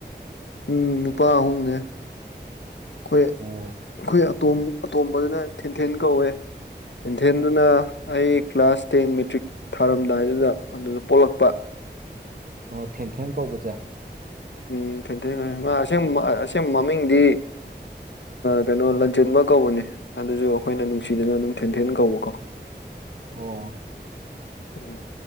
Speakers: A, on the left; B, on the right.
A: ꯎꯝ ꯅꯨꯄꯥ ꯑꯍꯨꯝꯅꯦ ꯑꯩꯈꯣꯏ ꯑꯩꯈꯣꯏ
B: ꯑꯣ
A: ꯇꯝ ꯑꯇꯣꯝꯕꯗꯨꯅ ꯊꯤꯟꯊꯤꯟ ꯀꯧꯋꯦ ꯏꯦꯟꯊꯦꯟꯗꯨꯅ ꯑꯩ ꯀ꯭ꯂꯥꯁ ꯇꯦꯟ ꯃꯦꯇ꯭ꯔꯤꯛ ꯊꯥꯔꯝꯗꯥꯏꯗꯨꯗ ꯑꯗꯨꯗ ꯄꯣꯛꯂꯛꯄ
B: ꯑꯣ ꯊꯦꯟꯊꯦꯟ ꯀꯧꯕꯁꯦ
A: ꯎꯝ ꯈꯩꯇ ꯃꯥ ꯑꯁ ꯑꯁꯦꯡ ꯃꯃꯤꯡꯗꯤ ꯀꯩꯅꯣ ꯂꯟꯖꯦꯟꯕ ꯀꯧꯕꯅꯦ ꯑꯗꯨꯁꯨ ꯑꯩꯈꯣꯏꯅ ꯅꯨꯡꯁꯤꯗꯅ ꯑꯗꯨꯝ ꯊꯦꯟꯊꯦꯟ ꯀꯧꯕꯀꯣ <inaudible>
B: ꯑꯣ
A: ꯎꯝ